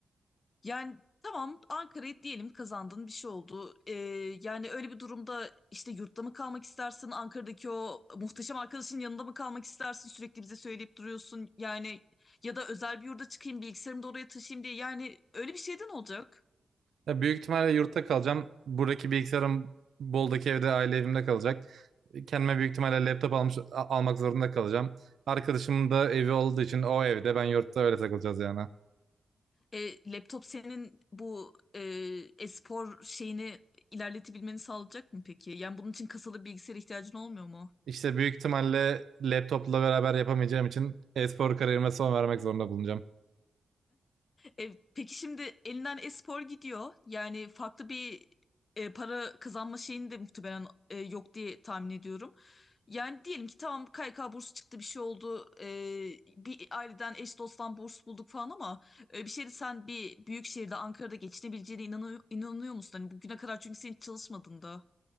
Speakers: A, on the left; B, on the right.
A: Yani tamam Ankara'yı diyelim kazandın bir şey oldu. Ee, yani öyle bir durumda işte yurtta mı kalmak istersin? Ankara'daki o muhteşem arkadaşın yanında mı kalmak istersin? Sürekli bize söyleyip duruyorsun. Yani ya da özel bir yurda çıkayım bilgisayarımı da oraya taşıyayım diye. Yani öyle bir şeyden olacak.
B: Ya büyük ihtimalle yurtta kalacağım. Buradaki bilgisayarım Bol'daki evde aile evimde kalacak. Kendime büyük ihtimalle laptop almış, a- almak zorunda kalacağım. Arkadaşımın da evi olduğu için o evde ben yurtta öyle takılacağız yani.
A: E, laptop senin bu e, e-spor şeyini ilerletebilmeni sağlayacak mı peki? Yani bunun için kasalı bilgisayara ihtiyacın olmuyor mu?
B: İşte büyük ihtimalle laptopla beraber yapamayacağım için e-spor kariyerime son vermek zorunda bulunacağım.
A: E, peki şimdi elinden e-spor gidiyor. Yani farklı bir e, para kazanma şeyini de muhtemelen e, yok diye tahmin ediyorum. Yani diyelim ki tamam KYK bursu çıktı bir şey oldu. E, bir aileden eş dosttan burs bulduk falan ama e, bir şeyde sen bir büyük şehirde Ankara'da geçinebileceğine inanıyor, inanıyor musun? Hani bugüne kadar çünkü sen hiç çalışmadın da.